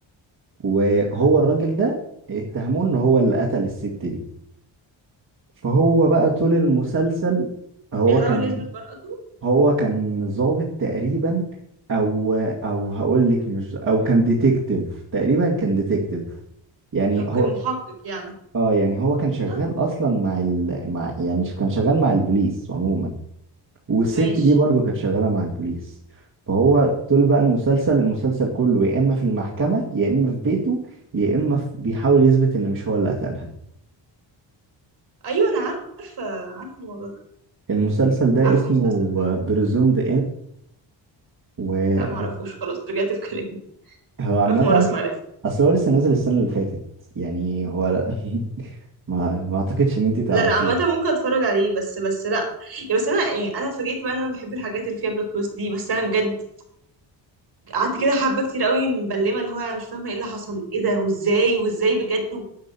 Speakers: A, on the right; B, on the right.
A: وهو الراجل ده اتهموه ان هو اللي قتل الست دي فهو بقى طول المسلسل هو
B: بيحاول
A: كان
B: يثبت براءته
A: هو كان ضابط تقريبا او او هقول لك مش او كان ديتكتيف تقريبا كان ديتكتيف يعني
B: اوكي
A: هو
B: محقق يعني
A: اه يعني هو كان شغال
B: اه
A: اصلا مع ال... مع يعني كان شغال مع البوليس عموما والست
B: ماشي
A: دي برضو كانت شغاله مع البوليس فهو طول بقى المسلسل المسلسل كله يا اما في المحكمه يا اما في بيته يا اما في... بيحاول يثبت ان مش هو اللي قتلها
B: ايوه انا عارفه عارفه الموضوع ده
A: المسلسل ده
B: عارفه
A: اسمه
B: المسلسل ده
A: بريزومد انيسنت
B: لا معرفوش خلاص رجعت في كلامي
A: هو عامة
B: اول مره اسمع
A: اصل هو لسه نازل السنة اللي فاتت يعني هو <laughs> ما ما اعتقدش ان انت تعرفيه
B: لا لا عامة ممكن اتفرج عليه بس بس لا يعني بس انا يعني انا اتفاجئت بقى ان انا بحب الحاجات اللي فيها بلوت تويست دي بس انا بجد قعدت كده حبة كتير قوي مبلمة اللي هو انا مش فاهمة ايه اللي حصل ايه ده وازاي وازاي بجد و...